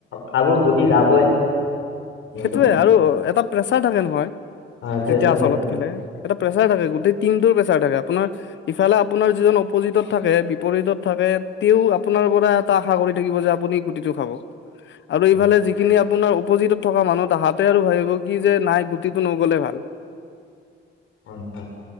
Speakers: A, on the left; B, on the left.
A: ভাবো গুটি যাবই। এনেকুৱা
B: সেইটোয়ে আৰু এটা প্ৰেচাৰ থাকে নহয়।
A: হয় প্ৰেছাৰ
B: তেতিয়া আচলত
A: থাকে
B: খেলে এটা প্ৰেচাৰ থাকে গোটেই টিম টো প্ৰেচাৰ থাকে আপোনাৰ ইফালে আপোনাৰ যিজন অপজিতত থাকে বিপৰীতত থাকে তেওঁ আপোনাৰ পৰা এটা আশা কৰি থাকিব যে আপুনি গুটিটো খাব, আৰু
A: হয়
B: ইফালে যিখিনি আপোনাৰ অপজীতত থকা মানুহ তাহাঁতে আৰু ভাবিব কি যে নাই গুটিটো নগ'লে ভাল
A: হয় ভাল।